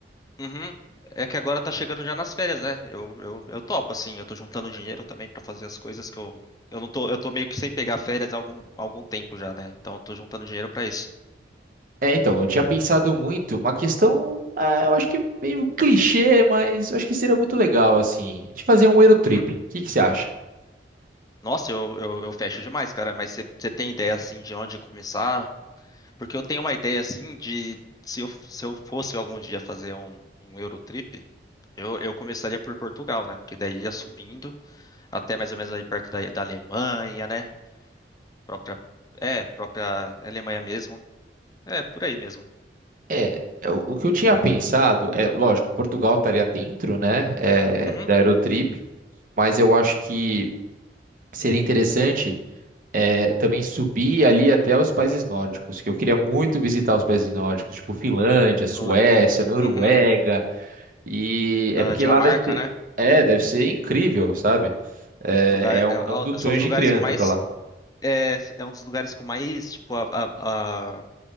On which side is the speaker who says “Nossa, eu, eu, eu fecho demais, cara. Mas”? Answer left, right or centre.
Left